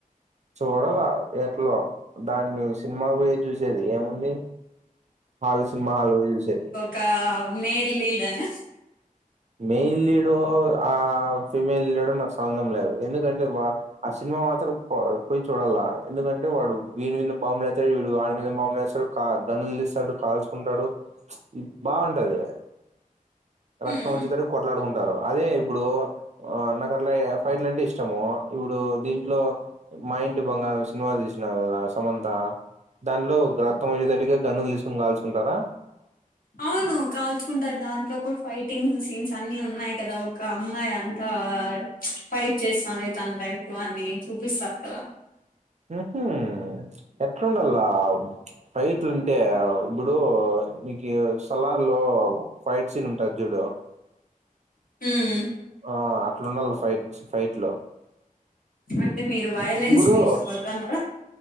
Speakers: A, on the right; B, on the left.
A: చూడాల ఎట్లో దాన్ని సినిమా పోయే చూసేది ఏముంది. హాల్ సినిమాలు ఆళ్ళు పోయి చూసేది.
B: క్క మేల్లీడన
A: మెయిల్ లీడో, ఆ ఫీమేల్ లీడో నాక్సంబంధం లేదు ఎందుకంటే వా. ఆ సిన్మా మాత్రం పో పోయ్ చూడల్ల ఎందుకంటే వాడు వీనిమీన్ద బాంబులేచ్చడు, వీడు అని మీదెం బాంబులేస్తాడు. కా గన్నుల్తీస్తాడు కాల్చుకుంటాడు ప్చ్ బావుంటది
B: హ్మ్
A: త్తం వచ్చేటట్క్ కొట్లాడుకుంటారు, అదే ఇబ్బుడు ఆ నకట్ల ఏ ఫైట్లంటే ఇష్టము ఇపుడు. దీంట్లో మా ఇంటి బంగారం సినిమాల్ తీస్నారు కదా సమంత దాన్లో <unintelligible> క్తం అయ్యేతట్టుగ గన్నుల్ తీస్కోని గాల్చు కుంటారా
B: అవును కాల్చుకుంటార్, దాంట్లో కుడ్ ఫైటింగ్ సీన్స్ అన్ని ఉన్నాయి కదా ఒక్క అమ్మాయి అంతా. ప్చ్ ఫైట్ చేస్తాన్ది తన్లైఫ్ లో అని చూపిస్తారు కదా
A: ఉ హు ఎట్లుండల్లా ఫైట్టున్టే ఇబ్బుడు నీక్యూ త్తలార్లో ఫైట్ సీన్ ఉంటద్ జుడు.
B: హ్మ్
A: ఆ అట్లున్డాల ఫైట్స్ ఫైట్ల్లు
B: అంటే మీరు వైలెన్స్నీ
A: ఇప్పుడు
B: ఇష్టపడతన్నారా